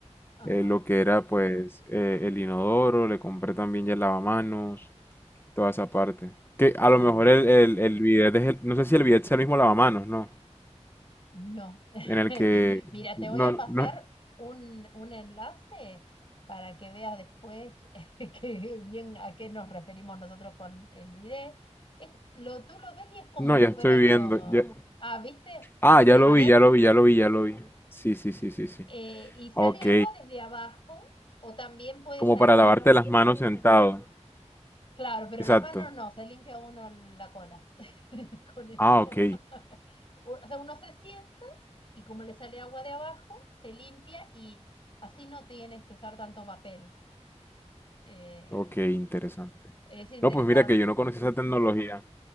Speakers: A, on the left; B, on the left.
A: ajá,
B: eh, lo que era pues eh, el inodoro, le compré también ya el lavamanos, Toda esa parte. Que
A: claro.
B: a lo mejor el, el, el bidet es el- no sé si el bidet es el mismo lavamanos, ¿no?
A: No. <laughs>
B: En el que...
A: Mira, te
B: No,
A: voy a pasar
B: no,
A: un, un enlace para que veas después <laughs> que bien a qué nos referimos nosotros con el bidet. Es- lo, tú lo ves y es como
B: no,
A: si
B: ya estoy
A: fuera otro.
B: viendo. ya-
A: Ah, ¿viste? Pusiste
B: Ah, ya lo
A: bidet.
B: vi, ya lo vi, ya lo vi, ya lo vi. Sí, sí, sí, sí, sí.
A: Eh, y sale
B: Ok.
A: agua desde abajo o también puede
B: Como
A: salir
B: para lavarte
A: agua
B: las manos sentado.
A: Claro, pero
B: Exacto.
A: las manos no, se limpia uno la cola <laughs> con eso.
B: Ah, ok.
A: <laughs> O sea, uno se sienta y como le sale agua de abajo, se limpia y así no tienes que usar tanto papel. Eh,
B: Ok, interesante.
A: es interesante,
B: No, pues mira que yo no
A: pues.
B: conocía esa tecnología.